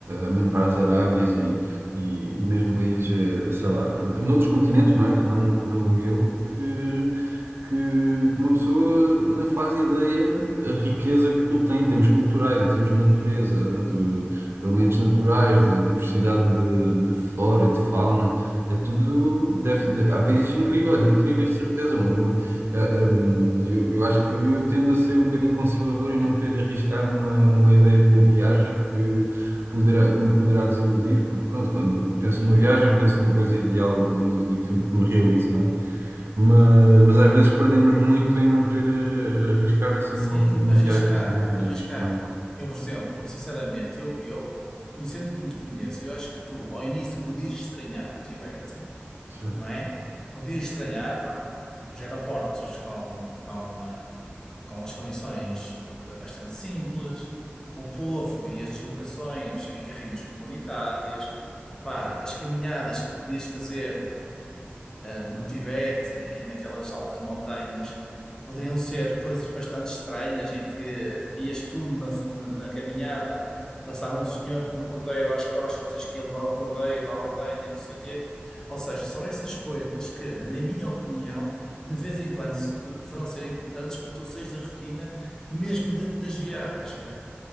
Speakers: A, on the right; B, on the left.
A: mesmo para as Arábias e, e, e mesmo países, eh, sei lá, noutros continentes, não é? Que não, que não o meu, que, que, que uma pessoa não faz ideia a riqueza que aquilo tem em termos culturais, em termos de natureza, natu- elementos naturais, de diversidade de, de flora e de fauna. É tudo. Deve, de- há países incríveis, incríveis de certeza. Eu, eh, hum, eu, eu acho que eu tendo a ser um bocadinho conservador e não querer arriscar numa, numa ideia de uma viagem que poderá, que me poderá desiludir, porque pronto, quando penso numa viagem, penso numa coisa ideal hum, e que, que me realize, não é? Mas, mas às vezes perdemos muito em não querer eh, arriscar assim
B: Sim,
A: numa, numa
B: arriscar,
A: viagem assim mais,
B: arriscar.
A: mais
B: Eu, por exemplo, sinceramente, eu, eu conhecendo como te conheço, eu acho que tu, ao início, podias estranhar o Tibete,
A: certo,
B: não é? Podia estranhar, pá, os aeroportos com, com, eh, com as condições eh, bastante simples, o povo e as deslocações em carrinhas comunitárias, pá, as caminhadas que podias fazer no Tibete e naquelas altas montanhas poderiam ser coisas bastante estranhas em que ias tu na, na- na caminhada, passava um senhor com um cordeiro às costas que ia levar o cordeiro à ordenha, não sei o quê. Ou seja, são estas coisas que, na minha opinião, de vez em quando se- deverão ser importantes para tu saís da rotina, mesmo dentro das viagens.